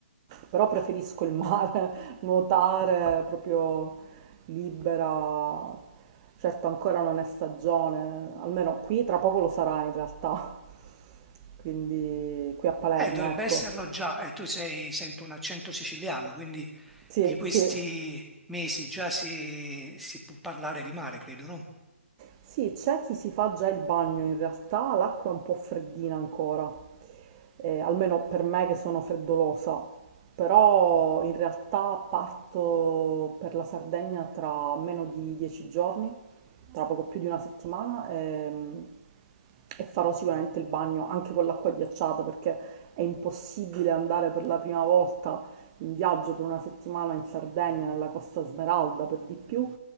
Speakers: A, on the right (about 30°); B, in the centre.
A: però preferisco il mare, <laughs> nuotare proprio libera. Certo, ancora non è stagione, almeno qui tra poco lo sarà in realtà, <laughs> quindi qui a Palermo,
B: Eh, dovrebbe
A: ecco.
B: esserlo già, eh, tu sei, sento un accento siciliano, quindi
A: Sì,
B: di questi
A: sì,
B: mesi già si, si può parlare di mare, credo, no?
A: sì, c'è chi si fa già il bagno, in realtà l'acqua è un po' freddina ancora. eh, almeno per me che sono freddolosa, però in realtà parto per la Sardegna tra meno di dieci giorni, tra poco più di una settimana, ehm, e farò sicuramente il bagno anche con l'acqua ghiacciata perché è impossibile andare per la prima volta in viaggio per una settimana in Sardegna, nella Costa Smeralda per di più,